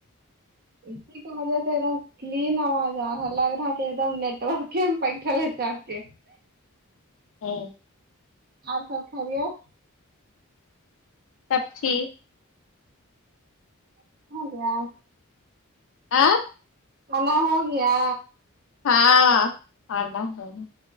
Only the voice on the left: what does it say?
ہمم
سب ٹھیک
آ
ہاں کھانا ہے